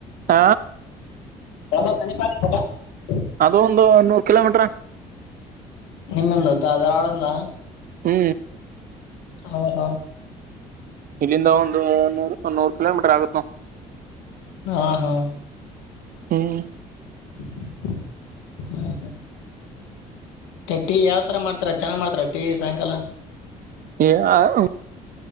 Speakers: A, on the right (about 55°); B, on the left (about 85°).
A: ಹ
B: ಒದ ಶನಿ ಪಾರ ಕೊದ <unintelligible>
A: ಅದು ಒಂದು ನೂರು ಕಿಲೋಮೀಟ್ರ
B: ನಿಮ್ಮಿಂದ್ದ ಅದ್ರ <unintelligible> ಆಳಿಂದ
A: ಹ್ಮ್
B: ಓಹೋ
A: ಇಲ್ಲಿಂದ ಒಂದು ನೂ ನೂರು ಕಿಲೋಮೀಟರ್ ಆಗತ್ತು
B: ಹಾ ಹಾ
A: ಹ್ಮ್
B: ಹ್ಮ ಟೀ ಯಾವ್ತರ ಮಾಡ್ತಾರ ಚೆನ್ನ ಮಾಡ್ತಾರ ಟೀ ಸಾಯಂಕಾಲ
A: ಹ